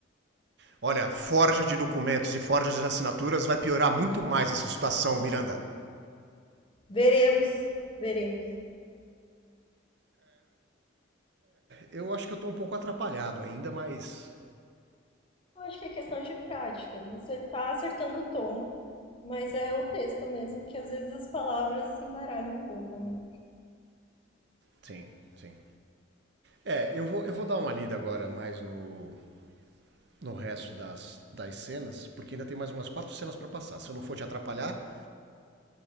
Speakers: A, on the right (about 55°); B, on the left (about 25°).
A: Olha, a forja de documentos e forja de assinaturas vai piorar muito mais essa situação, Miranda.
B: Veremos, veremos.
A: Eu acho que eu tô um pouco atrapalhado ainda, mas.
B: Eu acho que é questão de prática. Você tá acertando o tom, mas é o texto mesmo que às vezes as palavras se embaralham um pouco. né?
A: Sim, sim. É, eu vou, eu vou dar uma lida agora mais no. no resto das, das cenas, porque ainda tem mais umas quatro cenas para passar. Se eu não for te atrapalhar,